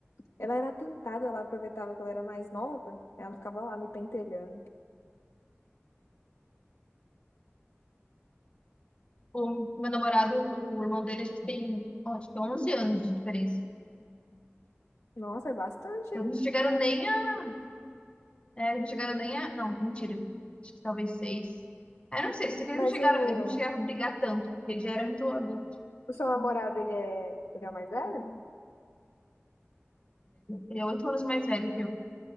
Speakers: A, on the left; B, on the left.
A: Ela era atentada, ela aproveitava que ela era mais nova, ela ficava lá me pentelhando.
B: O meu namorado, o irmão dele, acho que tem, ó, acho que 11 anos de diferença.
A: Nossa, é bastante,
B: Então,
A: hein?
B: não chegaram nem a. É, não chegaram nem a. Não, mentira. Acho que talvez seis. Ah, Eu não sei, se eles
A: Mas
B: não chegaram,
A: o,
B: eles não chegaram a brigar tanto, porque ele já era muito adulto
A: o seu namorado, ele é, ele é o mais velho?
B: Ele é oito anos mais velho que eu.